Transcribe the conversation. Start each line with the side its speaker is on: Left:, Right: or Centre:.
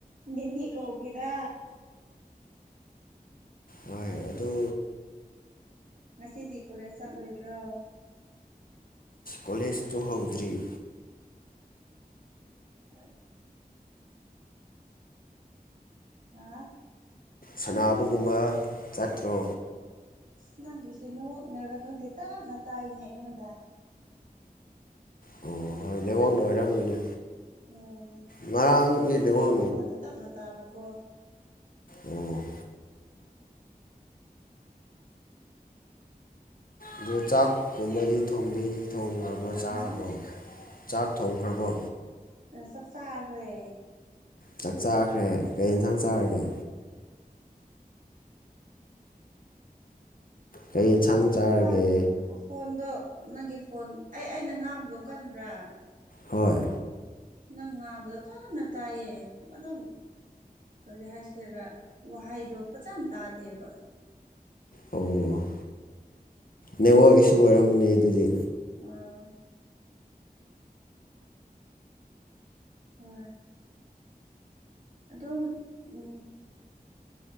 Right: ꯌꯦꯟꯅꯀ ꯍꯒꯗ
Left: ꯍꯣꯏ ꯑꯗꯨ
Right: ꯉꯁꯤꯗꯤ ꯀꯣꯂꯦꯖ ꯆꯠꯂꯣꯏꯗ꯭ꯔꯣ
Left: ꯀꯣꯂꯦꯖꯇꯣ ꯍꯧꯗ꯭ꯔꯤ
Right: ꯑꯣꯏ ꯑ
Left: ꯁꯅꯕꯒꯨꯝꯕ ꯆꯠꯇ꯭ꯔꯣ
Right: ꯑ ꯅꯪꯒꯤꯁꯦ ꯅꯋꯛꯅꯔꯥ ꯈꯪꯗꯦ ꯇꯞꯅ ꯇꯥꯏꯅꯦ ꯑꯩꯉꯣꯟꯗ
Left: ꯑꯣ ꯍꯣꯏ ꯅꯉꯥꯛꯅ ꯑꯣꯏꯔꯝꯒꯅꯤ
Right: ꯑꯣ
Left: ꯉꯔꯥꯡꯒꯤ ꯅꯦꯠꯋꯥꯛ
Right: ꯑꯩꯉꯣꯟꯗ ꯇꯞꯅ ꯇꯥꯕꯀꯣ
Left: ꯎꯝ ꯑꯗꯨ ꯆꯥꯛ ꯀꯨꯝꯃꯔꯤ ꯊꯣꯡꯕꯤ ꯊꯣꯡꯈ꯭ꯔꯕꯣ ꯆꯥꯈ꯭ꯔꯕꯣ
Right: ꯍꯥ
Left: ꯆꯥꯛ ꯊꯣꯡꯈ꯭ꯔꯕ
Right: ꯑ ꯁꯛꯁꯥꯒ꯭ꯔꯦ
Left: ꯆꯥꯛ ꯆꯥꯈ꯭ꯔꯦ ꯀꯩ ꯌꯦꯟꯁꯥꯡ ꯆꯥꯔꯒꯦ ꯀꯩ ꯌꯦꯟꯁꯥꯡ
Right: ꯐꯣꯟ
Left: ꯆꯥꯔꯒꯦ
Right: ꯈ ꯐꯣꯟ ꯑꯗꯣ ꯅꯪꯒꯤ ꯐꯣꯟ ꯑꯩ ꯑꯩꯅ ꯉꯥꯡꯕꯗꯣ ꯀꯟꯕ꯭ꯔꯥ
Left: ꯍꯣꯏ
Right: ꯅꯪ ꯉꯥꯡꯕꯗꯣ ꯇꯟꯅ ꯇꯥꯏꯌꯦ ꯑꯗꯨꯝ ꯀꯔꯤ ꯍꯥꯏꯁꯤꯔꯥ ꯋꯥꯍꯩꯗꯣ ꯐꯖꯅ ꯇꯥꯗꯦꯕ
Left: ꯑꯣ ꯅꯦꯠꯋꯔꯛ ꯏꯁꯨ ꯑꯣꯏꯔꯝꯅꯤ ꯑꯗꯨꯗꯤ
Right: ꯑ ꯍꯣꯏ ꯑꯗꯣ ꯎ